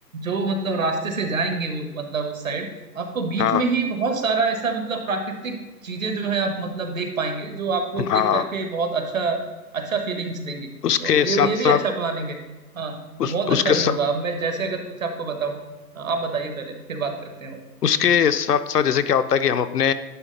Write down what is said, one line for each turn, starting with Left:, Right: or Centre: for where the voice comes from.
Right: जो मतलब रास्ते से जाएंगे वो मतलब उस साइड आपको बीच
Left: हाँ हाँ
Right: में ही बहुत सारा ऐसा मतलब प्राकृतिक चीजें जो है आप मतलब देख पाएंगे जो आपको देख
Left: हाँ
Right: करके बहुत अच्छा अच्छा फीलिंग्स देंगे
Left: उसके
Right: तो ये
Left: साथ
Right: ये
Left: साथ
Right: भी अच्छा प्लानिंग है हाँ
Left: उस
Right: बहुत
Left: उसके
Right: अच्छा भी
Left: साथ
Right: होगा अब मैं जैसे अगर कुछ आपको बताऊं हाँ, आप बताइए पहले फिर बात करते हैं और
Left: उसके
Right: हम्म।
Left: साथ साथ जैसे क्या होता है कि हम अपने